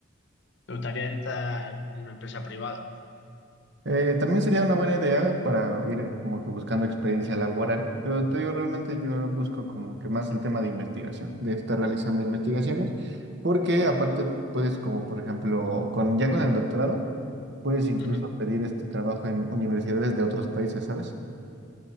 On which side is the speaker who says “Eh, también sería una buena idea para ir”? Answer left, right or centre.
Right